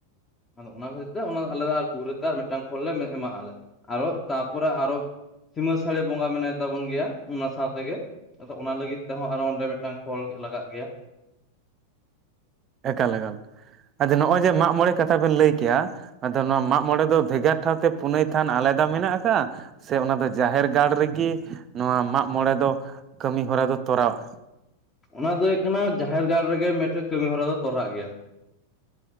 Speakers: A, on the left; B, on the right.
A: ᱟᱫᱚ ᱚᱱᱟ ᱠᱷᱟᱹᱛᱤᱨ ᱛᱮ ᱚᱱᱟ ᱟᱞᱮ ᱫᱚ ᱜᱷᱩᱨᱟᱹᱛᱮ ᱟᱨ ᱢᱤᱫᱴᱟᱝ ᱠᱷᱚᱲ ᱞᱮ ᱮᱢᱟᱜᱼᱟᱞᱮ ᱟᱨᱚ ᱛᱟᱯᱚᱨᱮ ᱟᱨᱚ ᱥᱤᱢᱟᱹ ᱥᱟᱹᱲᱤ ᱵᱚᱸᱜᱟ ᱢᱮᱱᱟᱭ ᱛᱟᱵᱚᱱ ᱜᱮᱭᱟ ᱚᱱᱟ ᱥᱟᱶᱛᱮᱜᱮ ᱟᱫᱚ ᱚᱱᱟ ᱞᱟᱹᱜᱤᱫ ᱛᱮᱦᱚᱸ ᱟᱨᱚ ᱚᱸᱰᱮ ᱢᱤᱫᱴᱟᱝ ᱠᱷᱚᱞ ᱞᱟᱜᱟᱜ ᱜᱮᱭᱟ
B: ᱮᱠᱟᱞᱮᱠᱟᱞ, ᱟᱫᱚ ᱱᱚᱜᱼᱚᱭ ᱡᱮ ᱢᱟᱜ ᱢᱚᱬᱮ ᱠᱟᱛᱷᱟ ᱵᱮᱱ ᱞᱟᱹᱭ ᱠᱮᱜᱼᱟ ᱟᱫᱚ ᱱᱚᱣᱟ ᱢᱟᱜᱢᱚᱬᱮ ᱫᱚ ᱵᱷᱮᱜᱟᱨ ᱴᱷᱟᱶᱛᱮ ᱯᱩᱱᱟᱹᱭ ᱛᱷᱟᱱ ᱟᱞᱮᱫᱟ ᱢᱮᱱᱟᱜ-ᱟ ᱠᱟᱜᱼᱟ ᱥᱮ ᱚᱱᱟ ᱫᱚ ᱡᱟᱦᱮᱨ ᱜᱟᱲ ᱨᱮᱜᱤ ᱱᱚᱣᱟ ᱢᱟᱜ ᱢᱚᱬᱮ ᱫᱚ ᱠᱟᱹᱢᱤ ᱦᱚᱨᱟ ᱫᱚ ᱛᱚᱨᱟᱣᱚᱜᱼᱟ
A: ᱚᱱᱟ ᱫᱚ ᱭᱳᱜ ᱠᱟᱱᱟ ᱡᱟᱦᱮᱨ ᱜᱟᱲ ᱨᱮᱜᱮ ᱢᱤᱫᱴᱮᱡ ᱠᱟᱹᱢᱤ ᱦᱚᱨᱟ ᱫᱚ ᱛᱚᱨᱟᱜ ᱜᱮᱭᱟ